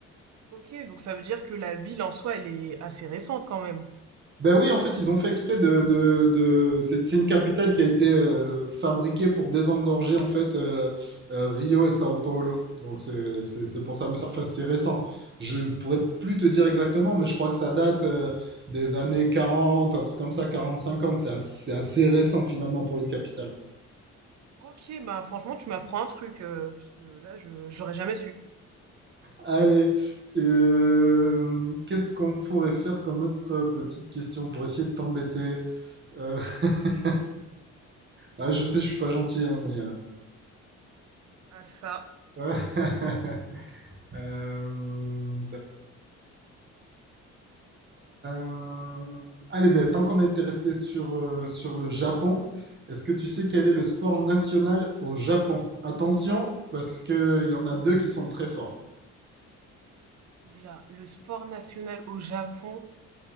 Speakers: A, on the right; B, on the right.
A: Ok, donc ça veut dire que la ville en soi, elle est assez récente quand même.
B: Ben oui, en fait, ils ont fait exprès de, de- de- C'est c'est une capitale qui a été euh, fabriquée pour désengorger en fait euh, euh, Rio et Sao Paulo. Donc c'est c'est- c'est pour ça. Mais ça- enfin, c'est récent. Je pourrais plus te dire exactement, mais je crois que ça date euh, des années quarante, un truc comme ça, quarante cinquante. C'est assez, c'est assez récent finalement pour une capitale.
A: Ok, bah franchement, tu m'apprends un truc, euh, parce que là, je j'aurais jamais su.
B: Allez, euh, qu'est-ce qu'on pourrait faire comme autre petite question pour essayer de t'embêter? Euh, <laughs> ah, je sais, je suis pas gentil, hein, mais
A: Ah ça,
B: euh, <laughs> Euh, Euh, allez, ben, tant qu'on était resté sur, euh, sur le Japon, est-ce que tu sais quel est le sport national au Japon? Attention, parce qu'il y en a deux qui sont très forts.
A: là, le sport national au Japon.